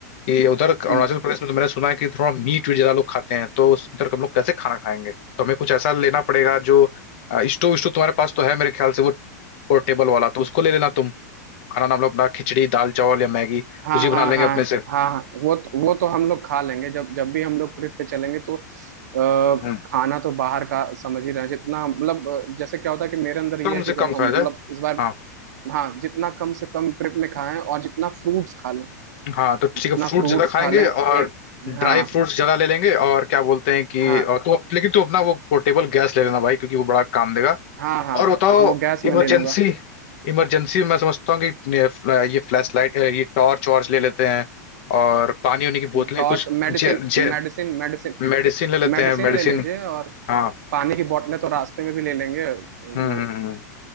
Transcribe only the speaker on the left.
कि उधर अरुणाचल
प्रदेश में तो मैंने सुना है कि थोड़ा मीट वीट ज्यादा लोग खाते हैं तो उस- उधर हम लोग कैसे खाना खाएंगे तो हमें कुछ ऐसा लेना पड़ेगा जो अ, स्टोव स्टोव तुम्हारे पास तो है मेरे ख्याल से वो पोर्टेबल वाला तो उसको ले लेना तुम खाना ना हम लोग अपना खिचड़ी दाल चावल या मैगी
कुछ ही बना
लेंगे
अपने से
हम्म
कम
से
कम
खाया
जाए
हाँ तो ठीक
है फ्रूट
ज्यादा खाएंगे
और ड्राई
फ्रूट्स ज्यादा ले लेंगे और क्या बोलते हैं कि
और तो लेकिन तू अपना वो पोर्टेबल गैस ले लेना भाई क्योंकि वो बड़ा काम देगा
और बताओ
इमरजेंसी
इमरजेंसी मैं समझता हूँ कि ये फ्लैश लाइट ये टॉर्च वॉर्च ले लेते हैं और पानी उनी की बोतलें
कुछ
जे, जे,
मेडिसिन ले लेते
हैं मेडिसिन
हाँ
हम्म
हम्म, हम्म।